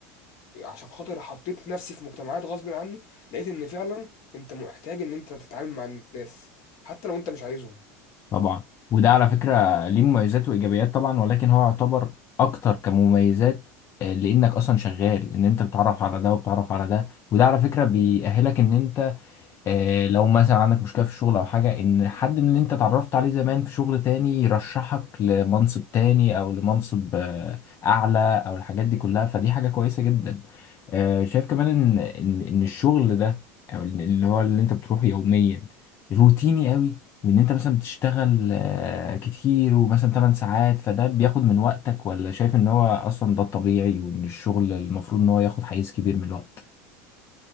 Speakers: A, on the left (about 55°); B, on the left (about 35°).
A: وعشان خاطر حطيت نفسي في مجتمعات غصب عني لقيت إن فعلا أنت محتاج إن أنت تتعامل مع الناس حتى لو أنت مش عايزهم
B: طبعا وده على فكرة ليه مميزات وايجابيات طبعا ولكن هو يعتبر اكتر كمميزات آه، لانك اصلا شغال ان انت بتتعرف على ده وبتتعرف على ده وده على فكرة بيأهلك ان انت آه، لو مثلا عندك مشكلة في الشغل أو حاجة إن حد من اللي أنت اتعرفت عليه زمان في شغل تاني يرشحك لمنصب تاني أو لمنصب آه، أعلى أو الحاجات دي كلها فدي حاجة كويسة جدا آه، شايف كمان إن إن إن الشغل ده أو ال- اللي هو اللي أنت بتروحه يوميا روتيني قوي وإن أنت مثلا بتشتغل آه، كتير ومثلا 8 ساعات فده بياخد من وقتك ولا شايف إن هو أصلا ده الطبيعي وإن الشغل المفروض إن هو ياخد حيز كبير من الوقت